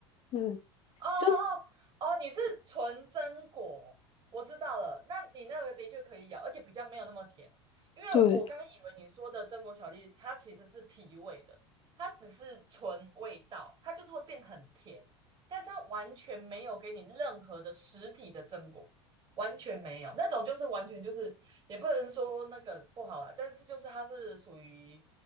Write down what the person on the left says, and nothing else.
嗯，
就是
对。